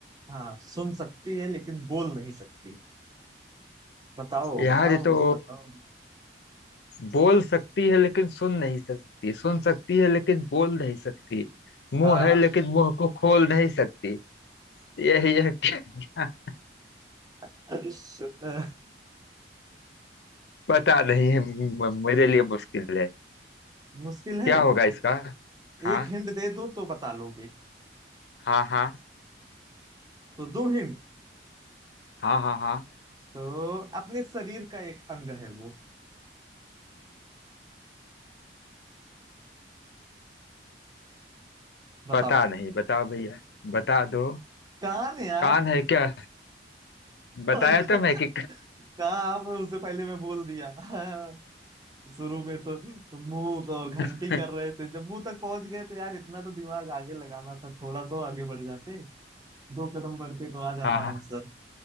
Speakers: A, on the right; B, on the left.
A: हाँ सुन सकती है लेकिन बोल नहीं सकती बताओ
B: यार
A: बताओ
B: ये तो
A: बताओ
B: बोल सकती है लेकिन सुन नहीं सकती सुन सकती है लेकिन बोल नहीं सकती मुंह
A: हाँ
B: है लेकिन मुंह को खोल नहीं सकती यह यह क्या, क्या
A: <laughs>
B: पता नहीं है म- मेरे लिए मुश्किल है
A: मुश्किल है
B: क्या होगा इसका हाँ
A: एक हिंट दे दूं तो बता लोगे
B: हाँ हाँ
A: तो दो हिंट
B: हाँ हाँ हाँ
A: तो अपने शरीर का एक अंग है वो बताओ
B: पता नहीं बताओ भैया बता दो
A: कान यार
B: कान है क्या बताया
A: और क्या
B: तो मैं कि
A: काम उससे पहले मैं बोल दिया <laughs> हाँ, शुरू में तो मुंह तो और घंटी
B: <laughs>
A: कर रहे थे जब मुंह तक पहुंच गए तो यार इतना तो दिमाग आगे लगाना था थोड़ा तो आगे बढ़ जाते दो कदम बढ़ के तो आ जाता
B: हाँ हाँ
A: आंसर